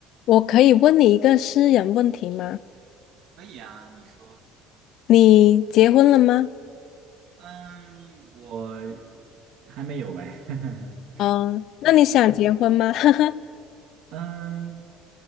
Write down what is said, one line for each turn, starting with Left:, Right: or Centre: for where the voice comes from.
Left: 我可以问你一个私人问题吗？
Right: 可以啊，你说。
Left: 你结婚了吗？
Right: 嗯，我还没有哎。<laughs>
Left: 嗯，那你想结婚吗？<laughs> 哈哈，
Right: 嗯，